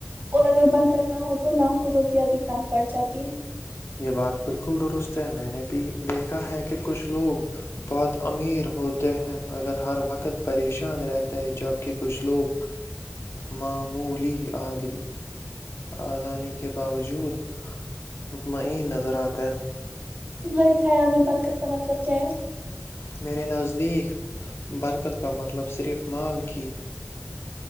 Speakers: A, on the right (about 45°); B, on the left (about 70°).
A: اور اگر بات کر نا ہو تو لاکھوں روپیہ بھی کم پڑ جاتی ہے
B: یہ بات بالکل درست ہے میں نے بھی دیکھا ہے کہ کچھ لوگ بہت امیر ہوتے ہیں مگر ہر وقت پریشان رہتا ہے جبک کچھ لوگ معمولی آد آدانی کے باوجود مطمئن نظر آتے ہیں
A: تمہارے خیال میں برکت کا مطلب کیا ہے
B: میرے نزدیک برکت کا مطلب صرف مال کی